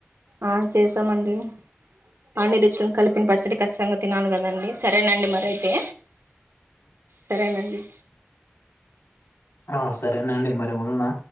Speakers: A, on the right; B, on the left.
A: ఆ చేస్తామండి పాడిరుచ్యం కలిపిన పచ్చడి ఖచ్చితంగా తినాలి కదండి సరేనండి మరీ అయితే సరేనండి
B: ఆ సరేనండి మరి ఉన్నా